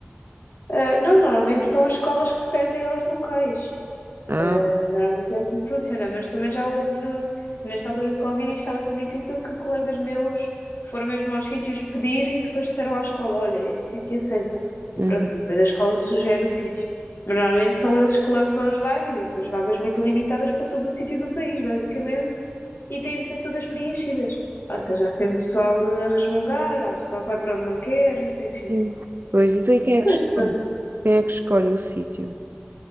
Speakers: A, on the left (about 65°); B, on the right (about 55°).
A: Ah, não, normalmente são as escolas que pedem aos locais.
B: Ah,
A: Ah, normalmente é assim que funciona, mas também já houve, nesta altura de Covid, isto estava tão difícil que colegas meus foram mesmo aos sítios pedir e depois disseram à escola: Olha, este sítio aceita.
B: uhum.
A: Pronto, e depois a escola sugere o sítio. Mas normalmente são eles que lançam as vagas e depois vagas muito limitadas para todo o sítio do país, basicamente e têm de ser todas preenchidas. Ou seja, há sempre pessoal eh, a resmungar, há pessoal que vai para onde não quer, enfim.
B: Sim. Pois, então e quem é
A: Mas
B: que escolhe?
A: pronto,
B: Quem é que escolhe o sítio?